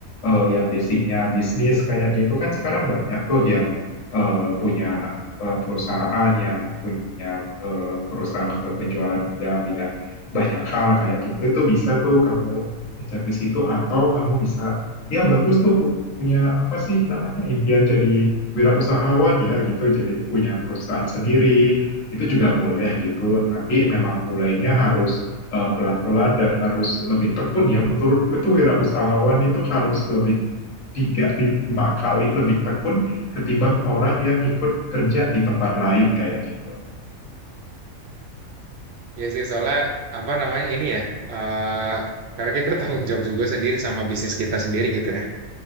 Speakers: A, on the left; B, on the right.
A: eh, yang basicnya bisnis kayak gitu kan sekarang banyak tuh yang eh, punya eh, perusahaan yang punya eh, perusahaan untuk penjualan dalam bidang banyak hal kayak gitu itu bisa tuh kamu cek di situ atau kamu bisa ya bagus tuh punya apa sih namanya impian jadi wirausahawan ya gitu jadi punya perusahaan sendiri itu juga boleh gitu tapi memang mulainya harus uh, pelan-pelan dan harus lebih tekun ya. Menurutku itu wirausahawan itu harus lebih tiga lima kali lebih tekun ketimbang orang yang ikut kerja di tempat lain kayak gitu.
B: Ya sih soalnya apa namanya ini ya eh karena kita <laughs> tanggung jawab juga sendiri sama bisnis kita sendiri gitu ya.